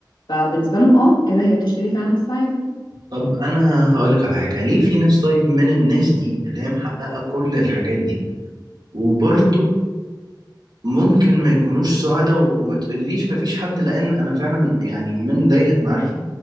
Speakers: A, on the left (about 80°); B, on the right (about 70°).
A: فبالنسبة لهم اه كده هي بتشتري فعلا السعادة
B: طب انا هقولك على حاجة ليه في ناس طيب من الناس دي اللي هي محققة كل الحاجات دي وبرضه
A: مم.
B: ممكن ما يكونوش سعداء و- وما تقوليليش ما فيش حد لان انا فعلا يعني من دايرة معارفي